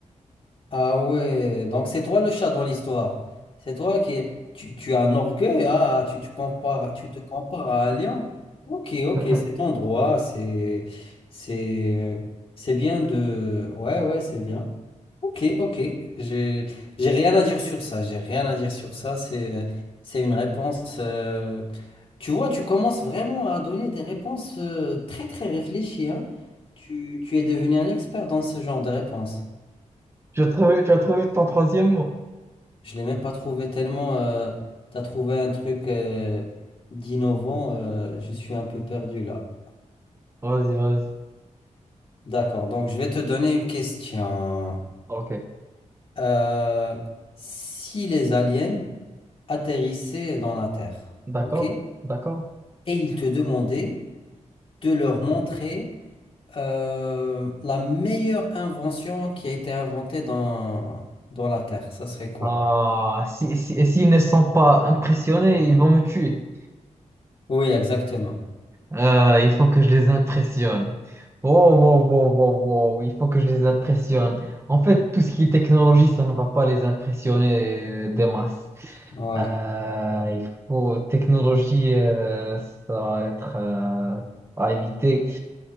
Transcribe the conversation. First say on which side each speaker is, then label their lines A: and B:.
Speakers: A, on the left; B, on the right.
A: Ah ouais, donc c'est toi le chat dans l'histoire. C'est toi qui... Tu, tu as un orgueil, hein, ah, tu tu compares, tu te compares à un lion. Ok, ok, cet
B: <laughs>
A: endroit, c'est... C'est... C'est bien de... Ouais, ouais, c'est bien. Ok, ok, j'ai j'ai rien à dire sur ça, j'ai rien à dire sur ça, c'est c'est une réponse... euh, Tu vois, tu commences vraiment à donner des réponses euh, très très réfléchies, hein. Tu, tu es devenu un expert dans ce genre de réponses.
B: Tu as trouvé, tu as trouvé ton troisième mot?
A: Je l'ai même pas trouvé tellement. euh, t'as trouvé un truc euh, d'innovant. euh, je suis un peu perdu là.
B: Vas-y, vas-y.
A: D'accord. Donc je vais te donner une question.
B: Ok,
A: Euh, si les aliens atterrissaient dans la Terre,
B: d'accord,
A: ok, et
B: d'accord.
A: ils te demandaient de leur montrer euh, la meilleure invention qui a été inventée dans dans la Terre, ça serait quoi?
B: Ah, si, si, et s'ils ne sont pas impressionnés, ils vont me tuer.
A: Oui, exactement.
B: Euh, il faut que je les impressionne. Oh, wow, wow, wow, wow, il faut que je les impressionne. En fait, tout ce qui est technologie, ça ne va pas les impressionner euh, des masses.
A: Ouais.
B: Euh, il faut technologie, euh, ça va être euh, à éviter.